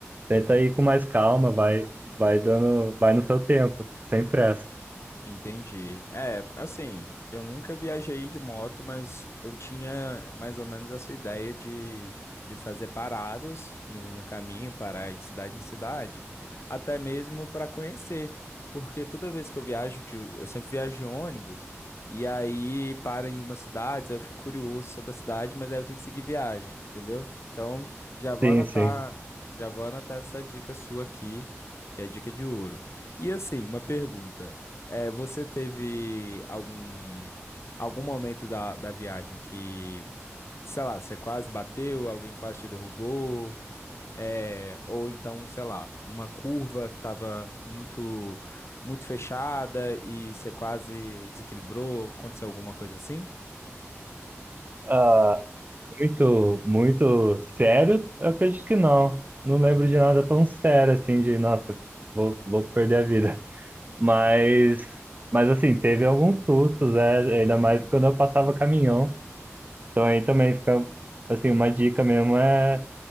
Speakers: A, on the right; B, on the left.
A: tenta ir com mais calma, vai, vai dando, vai no seu tempo, sem pressa.
B: Entendi. É, assim, eu nunca viajei de moto, mas eu tinha mais ou menos essa ideia de, de fazer paradas no, no caminho, parar de cidade em cidade, até mesmo para conhecer. Porque toda vez que eu viajo, de, eu sempre viajo de ônibus, e aí para em uma cidade, aí eu fico curioso sobre a cidade, mas aí eu tenho que seguir viagem, entendeu? Então, já vou
A: Sim,
B: anotar,
A: sim.
B: já vou anotar essa dica sua aqui, que é a dica de ouro. E assim, uma pergunta. É, você teve algum algum momento da, da viagem que, sei lá, você quase bateu, alguém quase te derrubou, é, ou então, sei lá, uma curva que estava muito muito fechada e você quase desequilibrou, aconteceu alguma coisa assim?
A: ah Muito, muito sério? Eu acredito que não. Não lembro de nada tão sério assim, de nossa, vou, vou perder a vida. Mas, mas assim, teve alguns sustos, é, ainda mais quando eu passava caminhão. Então aí também fica, assim, uma dica mesmo é